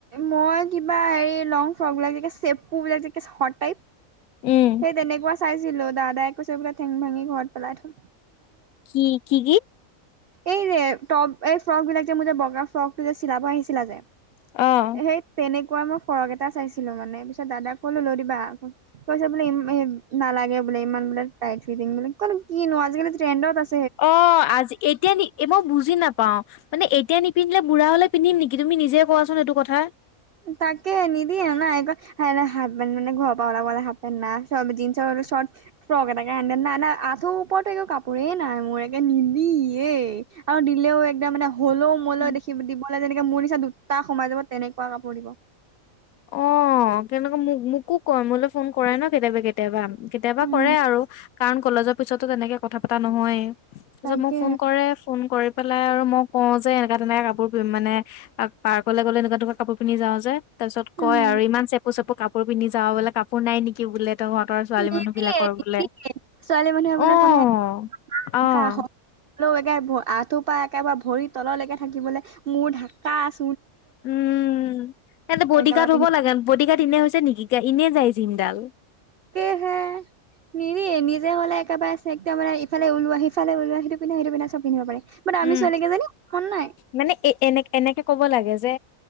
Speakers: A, on the right; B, on the left.
A: মই কিবা হেৰি লং ফ্ৰক বিলাক যে সেপ বিলাক যেটাই সেই
B: উম
A: তেনেকুৱা চাইছিলো দাদাই কৈছেবোলে ঠেং ভাঙি ঘৰত পেলাই থম
B: কি কি
A: এই যে মোৰ বগা ফ্ৰকটো যেচিলাব আহিছিলা যে।
B: অ',
A: সেই তেনেকে ঐ মই ফৰক এটা চাইছিলো মানে। পিছত দাদাক কলো লৈ দিবা কৈছে বোলে ই নালাগে। ব ইমান বোলে টাইট ফিটিং <unintelligible> কিনো আৰু আজিকালি ট্ৰেনড <unintelligible>
B: অ আজি এতিয়া মই বুজি নাপাও মানে এতিয়া নিপিন্ধে বুঢ়া হলে পিন্ধিম নেকি তুমি নিজে কোৱাচোন এইটো কথা
A: তাকে নিদিয়ে নাই হেন মানে ঘৰৰ পৰা ওলাবলে হালফ পেন না চব জিনচৰ চৰ্ট ফ্ৰক এটাকে আনিদে নাই না আঁঠৰ ওপৰতো একো কাপোৰে নাই মোৰ একে নিদিয়ে আৰু দিলেও একদম মানে হ'লেও মোলেও
B: উম
A: দেখিব দিব লাগে যেনেকে মোৰ নিচনা দুটা সোমাই যাব তেনেক পৰা কাপোৰ দিব
B: অ কেনেকে মোক মোকো কয় মোলৈ ফোন কৰাই ন কেতিয়াবা কেতিয়াবা কেতিয়াবা
A: উম
B: কৰে আৰু কাৰণ কলেজৰ পিছতো তেনেকে কথা পতা নহয়েই তাৰপিছত
A: তাকে
B: মোক ফোন কৰে ফোন কৰি এইফালে মই কওঁ যে এনেকা-তেনেকা কাপোৰ কৰিম মানে পাৰ্কলৈ গ'লে এনেকুৱা-এনেকুৱা কাপোৰ পিন্ধি যাওঁ। তাৰ পিছত
A: উম
B: কয় আৰু ইমান চেপু-চেপু কাপোৰ পিন্ধি যাওঁ বোলে কাপোৰ নাই নেকি বোলে। তহঁতৰ ছোৱালী
A: নিদিয়ে
B: মানুহ বিলাকৰ
A: নিদিয়ে
B: বোলে
A: ছোৱালী মানুহে
B: অ',
A: বোলে সদায়
B: অ',
A: কাহ হয় আৰু একে আঁঠুৰপা একেবাৰে ভৰি তললৈকে থাকিবলৈ মোৰ ঢাকা আ
B: উম তেতিয়া হ'লে
A: একেবাৰে
B: গাৰ্ড
A: পিন্ধি
B: হব লাগে বডি গাৰ্ড এনে হৈছে নেকি। এতিয়া এনেই যাই দিনডাল।
A: এ <unintelligible> হে <unintelligible> নিৰি নিজে হলে একেবাৰে আ একম মানে ইফালে ওলোৱা সি ফালে ওলোৱা সেইটো পিন্ধা এইটো পিন্ধা চব পিন্ধিব পাৰে <unintelligible>
B: উম
A: ছোৱালীকেইজনী মন নাই
B: মানে এ এনে এনেকে কব লাগে যে